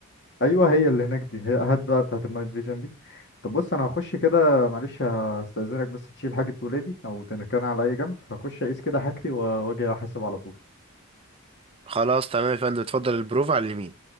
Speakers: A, on the left; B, on the right.
A: ايوه هي اللي هناك دي هي هات بقى بتاعت النايت فيجن دي طب بص انا هخش كده معلش هستأذنك بس تشيل حاجة ولادي او تركنها على اي جنب هخش اقيس كده حاجتي و- واجي احاسب على طول
B: خلاص تمام يا فندم اتفضل البروف على اليمين